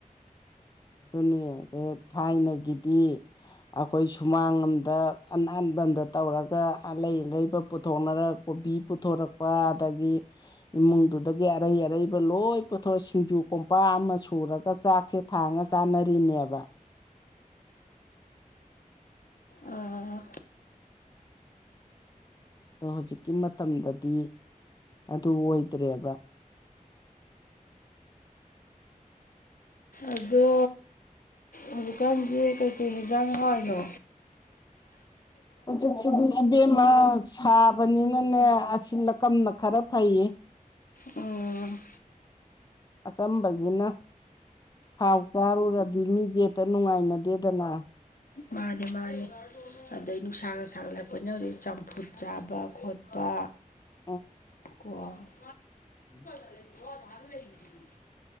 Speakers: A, on the left (about 30°); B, on the left (about 75°).
A: ꯑꯗꯨꯅꯤ ꯑꯗ ꯊꯥꯏꯅꯒꯤꯗꯤ ꯑꯈꯣꯏ ꯁꯨꯃꯥꯡ ꯑꯃꯗ ꯑꯅꯥꯟꯕꯝꯗ ꯇꯧꯔꯒ ꯑꯂꯩ ꯑꯔꯩꯕ ꯄꯨꯊꯣꯛꯅꯔꯛ ꯀꯣꯕꯤ ꯄꯨꯊꯣꯔꯛꯄ ꯑꯗꯒꯤ ꯏꯃꯨꯡꯗꯨꯗꯒꯤ ꯑꯔꯩ ꯑꯔꯩꯕ ꯂꯣꯏ ꯄꯨꯊꯣꯔꯦ ꯁꯤꯡꯖꯨ ꯀꯣꯝꯄꯥ ꯑꯃ ꯁꯨꯔꯒ ꯆꯥꯛꯁꯦ ꯊꯥꯡꯉ ꯆꯥꯟꯅꯔꯤꯅꯦꯕ
B: ꯑꯥ
A: ꯑꯗꯣ ꯍꯧꯖꯤꯛꯀꯤ ꯃꯇꯝꯗꯗꯤ ꯑꯗꯨ ꯑꯣꯏꯗ꯭ꯔꯦꯕ
B: ꯑꯗꯣ ꯍꯧꯖꯤꯛꯀꯥꯟꯁꯦ ꯀꯩꯀꯩ ꯌꯦꯟꯖꯥꯡ ꯍꯥꯎꯋꯤꯅꯣ
A: ꯍꯧꯖꯤꯛꯁꯤꯗꯤ ꯏꯕꯦꯝꯃ ꯁꯥꯕꯅꯤꯅꯅꯦ ꯑꯁꯤꯜꯂꯀꯅ ꯈꯔ ꯐꯩꯌꯦ
B: ꯑꯣ
A: ꯑꯆꯝꯕꯖꯤꯅ ꯊꯥꯎ ꯆꯥꯔꯨꯔꯗꯤ ꯃꯤꯖꯦ ꯍꯦꯛꯇ ꯅꯨꯡꯉꯥꯏꯅꯗꯦꯗꯅ
B: ꯃꯥꯅꯦ ꯃꯥꯅꯦ ꯑꯗꯩ ꯅꯨꯡꯁꯥꯒ ꯁꯥꯒꯠꯂꯛꯄꯅꯤꯅ ꯍꯧꯖꯤꯛ ꯆꯝꯐꯨꯠ ꯆꯥꯕ ꯈꯣꯠꯄ
A: ꯎꯝ
B: ꯇꯀꯣ
A: <inaudible>
B: ꯂꯩꯣ ꯊꯒ ꯂꯩꯗꯤ